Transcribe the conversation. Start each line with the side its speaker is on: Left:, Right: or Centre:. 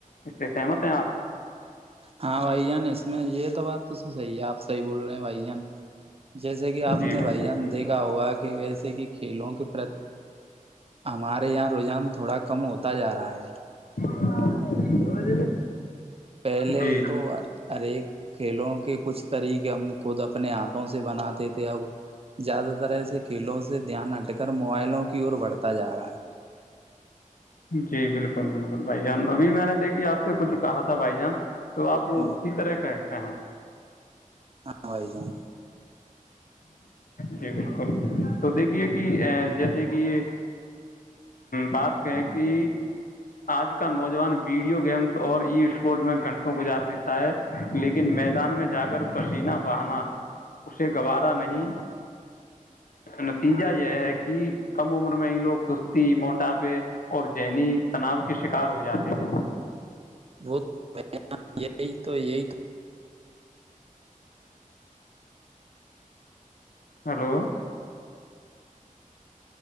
Left: اس سے سہمت ہیں آپ
Right: ہاں بھائی جان اس میں یہ تو بات تو صحیح ہے آپ صحی بول رہے ہیں بھائی جان جیسے کہ آپ
Left: جی
Right: نے بھائی جان
Left: جی بالکل
Right: دیکھا ہوگا کہ ویسے کہ کھیلوں کے پر ہمارے یہاں رجحان تھوڑا کم ہوتا جا رہا ہے
Left: <inaudible>
Right: پہلے
Left: جی
Right: تو ہر ایک کھیلوں کہ کچھ طریقے ہم خود اپنے ہاتھوں سے بناتے تھے اب زیادہ تر ایسے کھیلوں سے سے دھیان ہٹ کر موبائلوں کی اور بڑھتا جا رہا ہے
Left: جی بالکل بالکل بھائی جان ابھی میں نے دیکھی آپ سے کچھ کہا تھا بھائی جان تو آپ
Right: ہے
Left: اسی طرح کا ہیں کہاں
Right: ہا بھائی جان
Left: جی بالکل تو دیکھیے کہ جیسے کہ بات کہیں کہ آج کا نوجوان ویڈیو گیمس اور ای اسپورٹ میں گھنٹوں گزار دیتا ہے لیکن میدان میں جا کر پسیینہ بہانا اسے گوارا نہیں نتیجہ یہ ہے کہ کم عمر میں لوگ سستی موٹاپے اور ذینی تناؤ کے شکار ہو جاتے ہیں
Right: وہ یہی تو یہی
Left: ہلو